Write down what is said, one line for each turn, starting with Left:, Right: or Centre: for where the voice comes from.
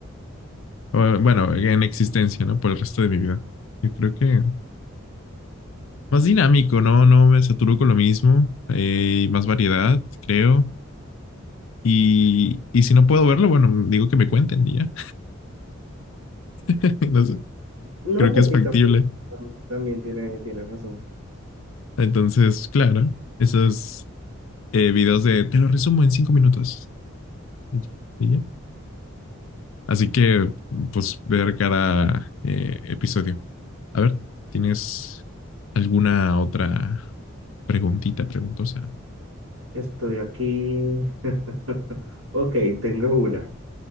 Left: O, bueno, en existencia, ¿no? Por el resto de mi vida. Yo creo que más dinámico, ¿no? No me saturo con lo mismo. eh, y más variedad, creo. Y, y si no puedo verlo, bueno, digo que me cuenten y ya. <laughs> No sé,
Right: No,
Left: creo
Right: pues
Left: que es
Right: sí,
Left: factible.
Right: también, tam- también tiene, tiene razón.
Left: Entonces, claro, esos eh, videos de te lo resumo en cinco minutos. Y ya, y ya. Así que, pues, ver cada eh, episodio. A ver, ¿tienes alguna otra preguntita preguntosa?
Right: Estoy aquí. <laughs> Ok, tengo una.